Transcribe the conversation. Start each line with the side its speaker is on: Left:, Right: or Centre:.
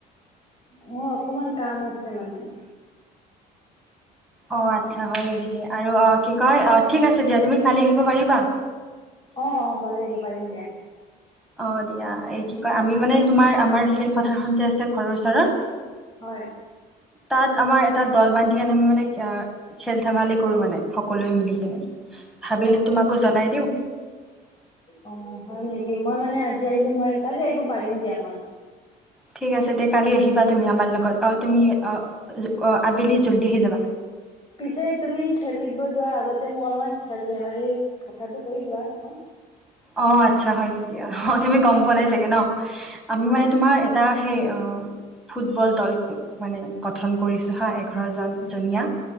Left: মোৰ, অকন মান কাম আছে মানে।
Centre: অ, আচ্ছা হয় নেকি আৰু অ, কি কয় অ, ঠিক আছে দিয়া তুমি কালি আহিব পাৰিবা?
Left: অ, অ, কালি আহিব পাৰিম দিয়া।
Centre: অ', দিয়া এই কি কয় আমি মানে তোমাৰ আমাৰ খেলপথাৰ খন যে আছে ঘৰৰ ওচৰৰ
Left: হয়।
Centre: তাত আমাৰ এটা দল বান্ধি কেনেই আমি মানে খেল ধেমালি কৰো মানে। সকলোৱেই মিলি কিনে ভাবিলোঁ
Left: অ
Centre: তোমাকো জনাই দিওঁ।
Left: অ হয় নেকি মই মানে আজি আহিব নোৱাৰিম কালি আহিব পাৰিম দিয়া মই
Centre: ঠিক আছে তে কালি আহিবা তুমি আমাৰ লগত অ', তুমি অ', জ অ', আবেলি জল্দি আহি যাবা।
Left: পিছে তুমি খেলিব যোৱাৰ আগতে মোক অলপমান খেল ধেমালি কথাটো কৈ যোৱা আকৌ
Centre: অ', আচ্ছা হয় নেকি অ', তুমি গম পোৱা নাই চাগে ন আমি
Left: হয়
Centre: মানে তোমাৰ এটা সেই অ ফুটবল দল মানে গঠন কৰিছোঁ হা এঘাৰ জন জনীয়া